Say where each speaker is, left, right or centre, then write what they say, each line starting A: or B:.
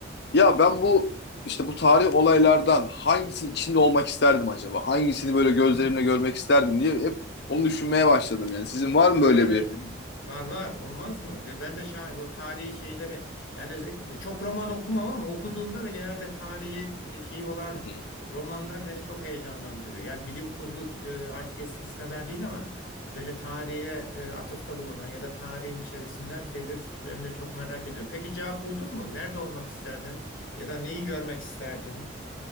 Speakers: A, on the left (about 55°); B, on the left (about 75°).
A: Ya ben bu işte bu tarih olaylardan hangisinin içinde olmak isterdim acaba? Hangisini böyle gözlerimle
B: Hmm.
A: görmek isterdim diye hep onu düşünmeye başladım yani. Sizin var
B: Bir
A: mı
B: karar
A: böyle bir?
B: verdin mi? Var var olmaz mı? Ve ben de şahit o tarihi şeylere yani özellikle- çok roman okumam ama okuduğumda da genelde tarihi e, şeyi olan
A: Hı hı.
B: romanlar beni çok heyecanlandırıyor. Yani bilim kurgu e, artık eskisi kadar değil ama böyle tarihe e, atıfta bulunan ya da tarihin içerisinden şeyleri ben de çok merak ediyorum. Peki cevap buldun mu? Nerede olmak isterdin? Ya da neyi görmek isterdin?